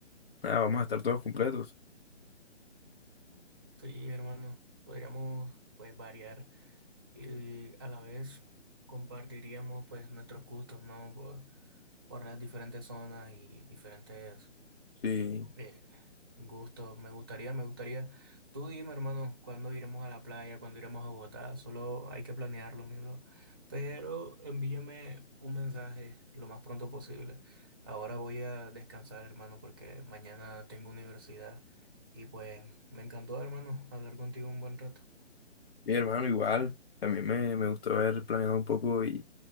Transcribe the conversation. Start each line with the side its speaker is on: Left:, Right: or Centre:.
Left: nada, vamos a estar todos completos.
Right: Sí, hermano, podríamos pues variar y a la vez compartiríamos pues nuestros gustos, ¿no? Por, por las diferentes zonas y diferentes
Left: Sí,
Right: Eh, gusto, me gustaría, me gustaría. Tú dime, hermano, cuándo iremos a la playa, cuándo iremos a Bogotá. Solo hay que planearlo, mi bro. Pero envíame un mensaje lo más pronto posible. Ahora voy a descansar, hermano, porque mañana tengo universidad. Y pues me encantó, hermano, hablar contigo un buen rato.
Left: mi hermano, igual. También me, me gustó haber planeado un poco y